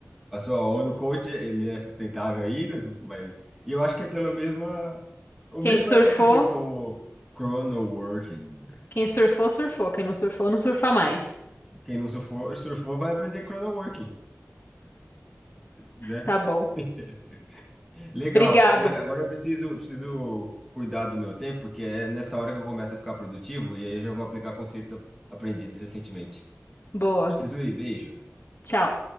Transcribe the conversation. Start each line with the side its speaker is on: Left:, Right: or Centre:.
Centre: A sua onda, o coach, ele é sustentável aí, né? mas e eu acho que é pelo mesma o
Left: Quem
Centre: mesmo
Left: surfou,
Centre: vai acontecer com o chrono working.
Left: quem surfou, surfou. Quem não surfou, não surfa mais.
Centre: Quem não surfou, surfou vai aprender chrono working, né?
Left: Tá bom.
Centre: <laughs> Legal.
Left: Obrigado.
Centre: E agora eu preciso, preciso cuidar do meu tempo, porque é nessa hora que eu começo a ficar produtivo e aí eu já vou aplicar conceitos a- aprendidos recentemente.
Left: Boa.
Centre: Preciso ir, beijo.
Left: Tchau.